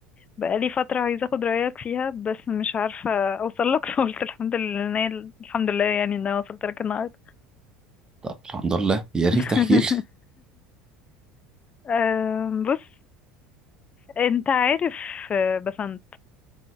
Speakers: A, on the left; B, on the right.
A: بقالي فترة عايزة اخد رأيك فيها بس مش عارفة اوصل لك <laughs> فقلت الحمد لله إن أنا- الحمد لله يعني ان انا وصلت لك النهاردة
B: طب الحمد لله يا ريت
A: <laughs>
B: تحكي لي
A: آه بص انت عارف آه، بسنت